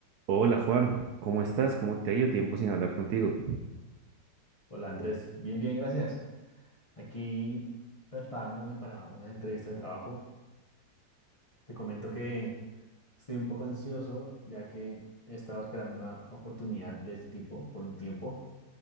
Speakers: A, on the right; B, on the left.
A: Hola Juan, ¿cómo estás? ¿Cómo te ha ido? Tiempo sin hablar contigo.
B: Hola Andrés, bien, bien, gracias. Aquí preparándome para una entrevista de trabajo. Te comento que estoy un poco ansioso ya que he estado esperando una oportunidad de este tipo por un tiempo